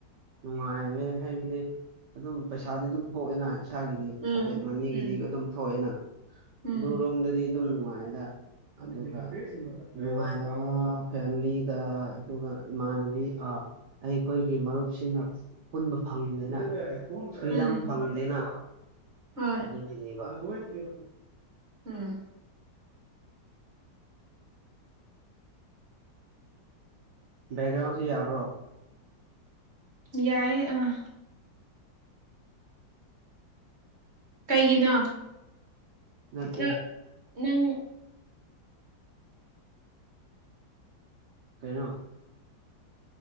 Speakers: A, on the right; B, on the right.
A: ꯅꯨꯡꯉꯥꯏꯋꯦ ꯍꯥꯏꯩꯕꯗꯤ ꯑꯗꯨꯝ ꯄꯩꯁꯥꯗꯤ ꯑꯗꯨꯝ ꯊꯣꯛꯑꯦꯅ ꯏꯁꯥꯒꯤ
B: ꯎꯝ
A: ꯄꯣꯀꯦꯠ ꯃꯅꯤꯒꯤꯗꯤ
B: ꯎꯝ
A: ꯑꯗꯨꯝ ꯊꯣꯛꯑꯦꯅ
B: ꯎꯝ
A: ꯑꯗꯨ ꯔꯣꯝꯗꯗꯤ ꯑꯗꯨꯝ ꯅꯨꯡꯉꯥꯏꯗ ꯑꯗꯨꯒ ꯅꯨꯡꯉꯥꯏꯅ ꯉꯣ ꯐꯦꯃꯤꯂꯤꯒ ꯑꯗꯨꯒ ꯏꯃꯥꯟꯅꯕꯤ ꯑꯥꯑꯩꯈꯣꯏꯒꯤ ꯃꯔꯨꯞꯁꯤꯡꯅ ꯄꯨꯟꯕ ꯐꯪꯗꯅ ꯑꯗꯨꯝ ꯐ꯭ꯔꯤꯗꯝ
B: ꯎꯝ
A: ꯐꯪꯗꯦꯅ
B: ꯍꯣꯏ
A: ꯑꯗꯨꯒꯤꯅꯦꯕ INAUDIBLE
B: ꯎꯝ
A: ꯕꯦꯛꯒ꯭ꯔꯥꯎꯟꯖꯤ ꯌꯥꯕ꯭ꯔꯣ
B: ꯌꯥꯏꯌꯦ ꯑꯥ ꯀꯩꯒꯤꯅꯣ
A: ꯅꯠꯇꯦ
B: ꯅ ꯅꯪ
A: ꯀꯩꯅꯣ